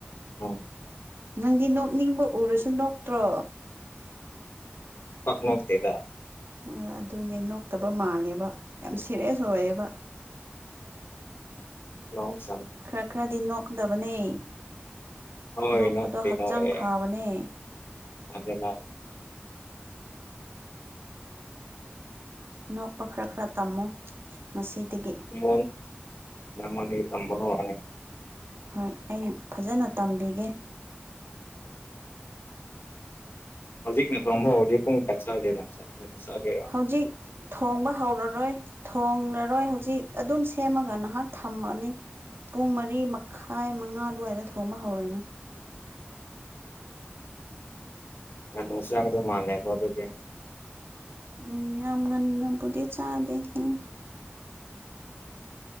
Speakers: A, on the left; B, on the right.
A: ꯎꯝ
B: ꯅꯪꯗꯤ ꯅꯣꯛꯅꯤꯡꯕ ꯎꯔꯁꯨ ꯅꯣꯛꯇ꯭ꯔꯣ
A: ꯄꯥꯛ ꯅꯣꯛꯇꯦꯗ
B: ꯑꯥ ꯑꯗꯨꯅꯦ ꯅꯣꯛꯇꯕ ꯃꯥꯜꯂꯦꯕ ꯌꯥꯝ ꯁꯦꯔꯤꯌꯁ ꯑꯣꯏꯌꯦꯕ
A: ꯃꯍꯧꯁꯥꯅꯦ
B: ꯈꯔ ꯈꯔꯗꯤ ꯅꯣꯛꯀꯗꯕꯅꯦ
A: ꯍꯣꯏ
B: ꯅꯣꯛꯄꯗꯣ
A: ꯅꯣꯛꯄꯨꯗꯤ
B: ꯍꯛꯆꯥꯡ
A: ꯅꯣꯛꯑꯦ
B: ꯐꯕꯅꯦ
A: <unintelligible>
B: ꯅꯣꯛꯄ ꯈꯔ ꯈꯔ ꯇꯝꯃꯣ ꯉꯁꯤꯗꯒꯤ
A: ꯃꯣꯟ ꯅꯪꯉꯣꯟꯗꯒꯤ ꯇꯝꯕ ꯍꯧꯔꯅꯤ
B: ꯍꯣꯏ ꯑꯩ ꯐꯖꯟꯅ ꯇꯝꯕꯤꯒꯦ
A: ꯍꯧꯖꯤꯛꯅ ꯊꯣꯡꯕ ꯍꯧꯔꯗꯤ ꯄꯨꯡ ꯀꯌꯥ ꯆꯥꯒꯦꯔꯥ ꯆ ꯑꯦ ꯆꯥꯒꯦꯔꯥ
B: ꯍꯧꯖꯤꯛ ꯊꯣꯡꯕ ꯍꯧꯔꯔꯣꯏ ꯊꯣꯡꯂꯔꯣꯏ ꯍꯧꯖꯤꯛ ꯑꯗꯨꯝ ꯁꯦꯝꯃꯒ ꯅꯍꯥꯛ ꯊꯝꯃꯅꯤ ꯄꯨꯡ ꯃꯔꯤ ꯃꯈꯥꯏ ꯃꯉꯥ ꯑꯗꯨꯋꯥꯏꯗ ꯊꯣꯡꯕ ꯍꯧꯔꯅꯤ
A: ꯉꯥꯅꯨ ꯆꯥꯒꯗꯕ ꯃꯜꯂꯦꯀꯣ ꯑꯗꯨꯗꯤ
B: ꯎꯝ ꯌꯥꯝ ꯉꯟꯅꯕꯨꯗꯤ ꯆꯥꯗꯦ ꯍꯨꯝ